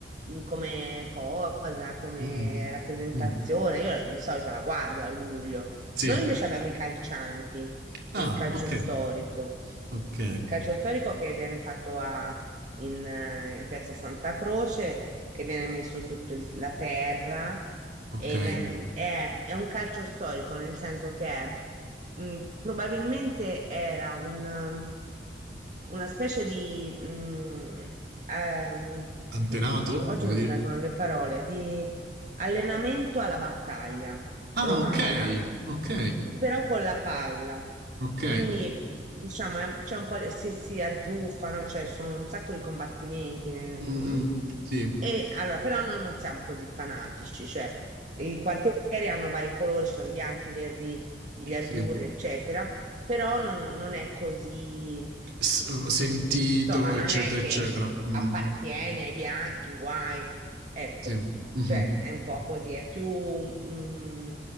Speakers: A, on the right; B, on the right.
A: mm, come cosa, come
B: Mm-mm.
A: rappresentazione.
B: Mm. mm.
A: Io di solito la guardo a luglio.
B: Sì.
A: Noi invece abbiamo i calcianti, il
B: Ah,
A: calcio
B: ok.
A: storico.
B: Ok.
A: Il calcio storico che viene fatto a- in, eh, in Piazza Santa Croce, che viene messo tutta la terra
B: Ok.
A: e ven- è, è un calcio storico, nel senso che è, mh, probabilmente era un, um, una specie di... mh, ehm,
B: Antenato,
A: ma- ma
B: come
A: oggi non
B: dire?
A: mi vengono le parole, di allenamento alla battaglia
B: Ah,
A: romana,
B: ok. Ok.
A: però con la palla.
B: Ok.
A: Quindi diciamo è un- c'è un po' di- si, si azzuffano, cioè sono un sacco di combattimenti. nel-
B: Mm-mm.
A: mm.
B: Sì.
A: E allora, però noi non siamo così fanatici, cioè i quartieri hanno vari colori, ci sono i bianchi, i verdi, gli azzurri,
B: Sì.
A: eccetera, però non, non è così
B: S-
A: sentito.
B: sentito,
A: Insomma, non
B: eccetera,
A: è che
B: eccetera. Mm-mm.
A: appartieni ai bianchi, guai. Ecco,
B: Sì. Mhm.
A: cioè è un po' così, è più mm,